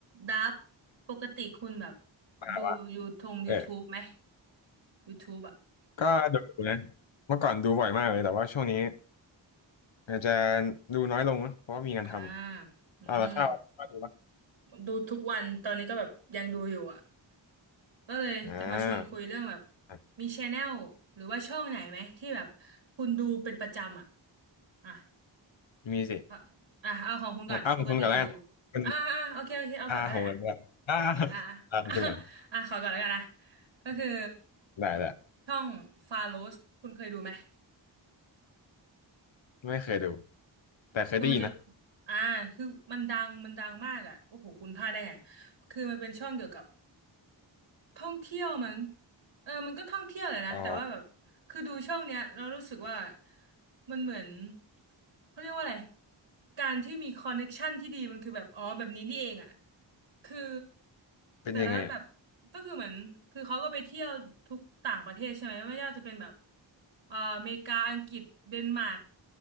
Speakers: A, on the right; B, on the left.
A: ดับปกติคุณแบบ
B: อ่าว่า
A: ดูยูทง
B: เออ
A: YouTube ไหม YouTube อ่ะ
B: ก็ดูนะเมื่อก่อนดูบ่อยมากเลยแต่ว่าช่วงนี้อาจจะดูน้อยลงนะเพราะว่ามีงานทำเอาละข้าวข้าวดูปะ
A: อ่าอืมดูทุกวันตอนนี้ก็แบบยังดูอยู่อ่ะก็เลยจะมาชวนคุยเรื่องแบบ
B: อ่าอ่ะ
A: มีชแนลหรือว่าช่องไหนไหมที่แบบคุณดูเป็นประจำอ่ะอ่ะ
B: มีสิ
A: อ่ะอ่ะเอาของคุณก่อนปกติดู
B: ของอ้าวของคุณกันแล้วกันคุณ
A: อ่าอ่าโอเคโอเคเอาก่อนก็ได้อ่ะ
B: อาของกันด้วยอ่า
A: อ่า
B: อาของคุณกัน
A: อ่าอ่ะขอก่อนแล้วกันนะก็คือ
B: ได้ได้
A: ช่องฟาโรสคุณเคยดูไหม
B: ไม่เคยดูแต่เคยได้ยินนะ
A: คือมันจะอ่าคือมันดัง มันดังมากอ่ะโอ้โหคุณพลาดได้ไง คือมันเป็นช่องเกี่ยวกับ ท่องเที่ยวมั้งเออมันก็ท่องเที่ยวแหละนะแต่ว่าแบบคือดูช่องเนี้ยเรารู้สึกว่า
B: อ๋อ
A: มันเหมือนเขาเรียกว่าอะไรการที่มีคอนเน็กชันที่ดีมันคือแบบอ๋อแบบนี้นี่เองอ่ะคือ
B: เป็นยังไงอ่ะ
A: แต่ละแบบก็คือเหมือนคือเขาก็ไปเที่ยวทุกต่างประเทศใช่ไหมไม่ว่าจะเป็นแบบเอ่ออเมริกาอังกฤษเดนมาร์ก